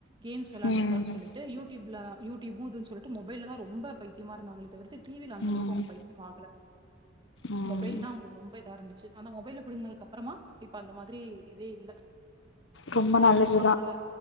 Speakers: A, on the right; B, on the left.
A: கேம்ஸ் விளாண்டுக்கலானு
B: ம்
A: சொல்லிட்டு யூடியூப்ல யூடியூப்ம் இதுன்னு சொல்ட்டு மொபைலதா ரொம்ப பைத்தியமா இருந்தாங்களே தவிர்த் டிவியில அந்த
B: ம்
A: அளவுக்கு அவுங்க பைத்தியம் ஆகல
B: ம்
A: மொபைல்தா அவுங்களுக்கு ரொம்ப இதா இருந்துச்சு அந்த மொபைல்ல பிடிங்குனதுக்கு அப்பு அப்புறமா இப்ப அந்த மாதிரி இதே இல்ல
B: ரொம்ப நல்லது
A: னால